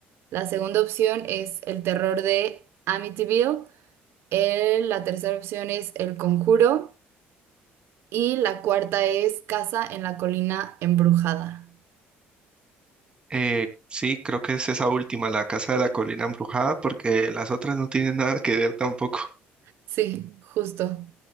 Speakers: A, on the right; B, on the right.
A: La segunda opción es el terror de Amityville. el- la tercera opción es el conjuro. Y la cuarta es casa en la colina embrujada.
B: eh, sí, creo que es esa última, la casa de la colina embrujada, porque las otras no tienen nada que ver tampoco. <laughs>
A: Sí, justo.